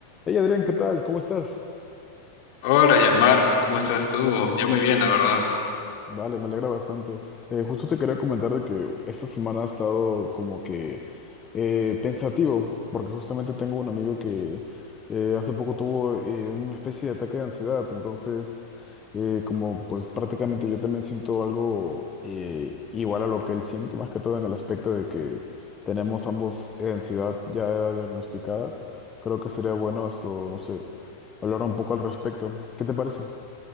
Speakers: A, on the left; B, on the left.
A: Hey Adrián, ¿qué tal? ¿Cómo estás?
B: Hola, ya Marco, ¿cómo estás tú? Yo muy bien, la verdad.
A: Vale, me alegra bastante. Eh, justo te quería comentar de que esta semana ha estado como que eh, pensativo, porque justamente tengo un amigo que eh, hace poco tuvo eh, una especie de ataque de ansiedad, entonces eh, como pues prácticamente yo también siento algo eh, igual a lo que él siente, más que todo en el aspecto de que tenemos ambos eh, ansiedad ya diagnosticada. Creo que sería bueno esto, no sé, hablar un poco al respecto. ¿Qué te parece?